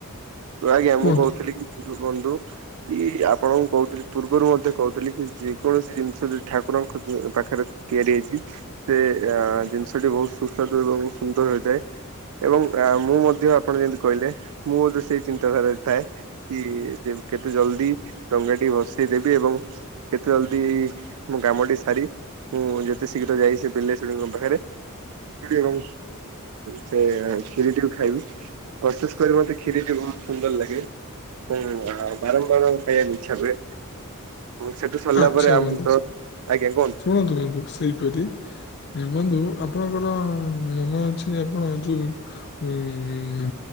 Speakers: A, on the right; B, on the left.
A: ଆଜ୍ଞା
B: କୁହନ୍ତୁ
A: ମୁଁ କହୁଥିଲି କି ବନ୍ଧୁ କି ଆ ଆପଣଙ୍କୁ କହୁଥିଲି ପୂର୍ବରୁ ମଧ୍ୟ କହୁଥିଲି କି ଯେକୌଣସି ଜିନିଷ ଯଦି ଠାକୁରଙ୍କ ପାଖରେ ତିଆରି ହେଇଚି ସେ ଅ ଜିନିଷଟି ବହୁତ ସୁସ୍ୱାଦୁ ଏବଂ ସୁନ୍ଦର ହୋଇଥାଏ। ଏବଂ ମୁଁ ମଧ୍ୟ ଆପଣ ଯେମିତି କହିଲେ ମୁଁ ମଧ୍ୟ ସେଇ ଚିନ୍ତାଧାରା ରେ ଥାଏ। କି କେତେ ଜଲଦି ଡଙ୍ଗାଟି ଭସେଇ ଦେବି ଏବଂ କେ ଜଲ୍ଦି ମୋ କାମଟି ସାରି। ମୁଁ ଯେତେ ଶୀଘ୍ର ଯାଇ ସେ ବିଲେଇଶୁଣି ଙ୍କ ପାଖରେ ଏବଂ ସେ କ୍ଷୀରି ଟିକୁ ଖାଇବି। ବିଶେଷ କରି ମତେ କ୍ଷିରଟି ବହୁ ସୁନ୍ଦର ଲାଗେ। ଓ ବାରମ୍ବାର ଖାଇବାକୁ ଇଛା ହୁଏ। ଏବଂ ସେଠୁ ସରିଲା
B: ଆଚ୍ଛା
A: ପରେ ଆମ
B: ବନ୍ଧୁ।
A: ତ ଆଜ୍ଞା କୁହନ୍ତୁ
B: ଶୁଣନ୍ତୁ ବନ୍ଧୁ ସେଇପରି ଉଁ ବନ୍ଧୁ ଆପଣଙ୍କର ମନ ଅଛି ଆପଣ ଯୋଉ ଉଁ